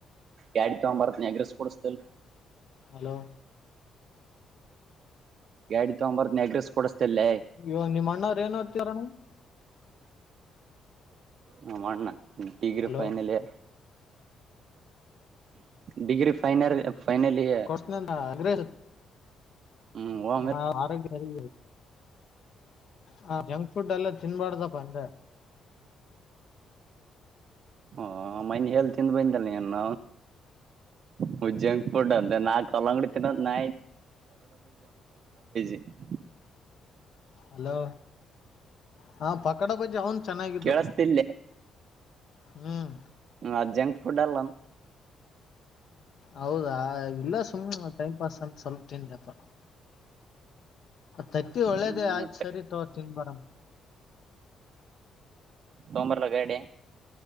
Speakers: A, on the right (about 60°); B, on the left (about 65°).
A: ಯಾಡ್ ತಗೊ ಬರ್ತ್ನ್ಯಗ್ರೆಸ್ ಕೊಡಸ್ತಲ್
B: ಹಲೋ
A: ಗಾಡಿ ತಗೊಂಬರ್ ನ ಅಗ್ರೆಸ್ ಕೊಡಿಸಸ್ತಲ್ಲೇ
B: ಇವ ನಿಮ್ಮ ಅಣ್ಣವ್ ಏನೋಡ್ತೀರಣ
A: ಹ ಮಾಡಣ degree
B: hello
A: final year degree final final year
B: ಅ್ರ
A: ಹ್ಮ್ ಒಮ್ಮೆ
B: ಹ ಆರೋಗ್ಯರಿ ಹ ಜಂಕ್ ಫುಡ್ ಎಲ್ಲ ತಿನ್ಬಾರ್ದಪ್ಪ ಅಂದ್ರೆ
A: ಹ ಮೈ ಹಳ್ ತಿದ ಬಯಂತ ನೀ ನ ಹ ಜಂಕ್ ಫುಡ್ ಅಂದ ನಾ ಕಲ್ಲಂಗಡಿ ತಿನ್ನೋ ನ <unintelligible>
B: ಹಲೋ ಹಾ ಪಕೋಡ ಬಜಿ ಅವನು ಚೆನ್ನಾಗಿದ್ದು
A: ಕೇಳಸ್ತಿಲ್ಲೆ
B: ಹ್ಮ್
A: ಅ ಜಂಕ್ ಫುಡ್ ಅಲ್ಲನ್
B: ಹೌದಾ ಇಲ್ಲಾ ಸುಮ್ನೆ ಟೈಮ್ ಪಾಸ್ ಅಂತ ಸ್ವಲ್ಪ ತಿಂತೀನಿಪ್ಪ ತತ್ತಿ ಒಳ್ಳೇದ
A: ಹ್ಮ್
B: ಆಯ್ತ್ ಸರಿ ತೋ ತಿನ್ ಬಿಡುಮ
A: ತೋಂಗಬರಲಾ ಗಾಡಿ